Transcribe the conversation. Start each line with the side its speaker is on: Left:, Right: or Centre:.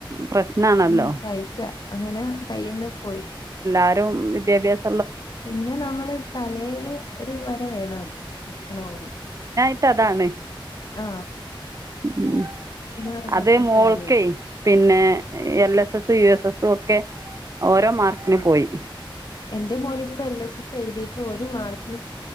Right: പ്രശ്നമാണല്ലോ
Left: ഉം ടൈറ്റാ. അങ്ങനെ കയീന്ന് പോയി.
Right: ആരും വിദ്യാഭ്യാസ
Left: പിന്നെ നമ്മള് തലയില് ഒരു വര വേണല്ലോ എത്തണോങ്കി
Right: ട്ടതാണ്
Left: ആ
Right: ഉം
Left: പറഞ്ഞിട്ടും
Right: അത് മോൾക്കെ
Left: കാര്യമില്ല.
Right: പിന്നെ L S S U S എസും ഒ ക്കെ ഓരോ മാർക്ക്ന്പോയി.
Left: എന്റെ മോന് ഇപ്പ എൽ എസ് എസ് എഴുതിട്ട് ഒരു മാർക്കിനു